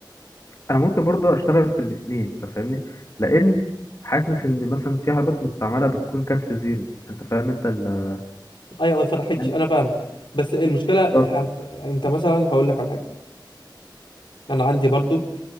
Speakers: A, on the left (about 40°); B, on the left (about 85°).
A: انا ممكن برضه اشتغل في الاثنين انت فاهمني لان حاسس ان مثلا في عربيات مستعمله بتكون كسر زيرو انت فاهم انت ال-
B: ايوه ما اتفتحتش
A: فاهم
B: انا فاهمك بس المشكله
A: بالظبط
B: آه، هت- انت مثلا هقول لك على حاجه انا عندي برضو